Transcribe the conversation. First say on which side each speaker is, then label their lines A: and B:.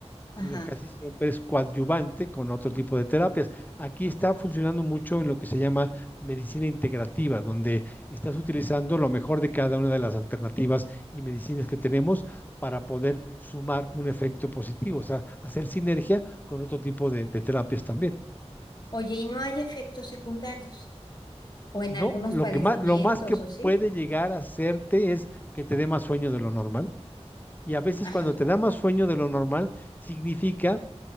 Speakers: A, on the left (about 40°); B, on the left (about 15°).
A: Ajá.
B: sino casi siempre es coadyuvante con otro tipo de terapias. Aquí está funcionando mucho en lo que se llama medicina integrativa, donde estás utilizando lo mejor de cada una de las alternativas y medicinas que tenemos para poder sumar un efecto positivo, o sea, hacer sinergia con otro tipo de, de terapias también.
A: Oye, y no hay efectos secundarios o en
B: No,
A: algunos
B: lo
A: padecimientos,
B: que más, lo más que
A: ¿o sí?
B: puede llegar a hacerte es que te dé más sueño de lo normal Y a veces
A: Ajá.
B: cuando te da más sueño de lo normal, significa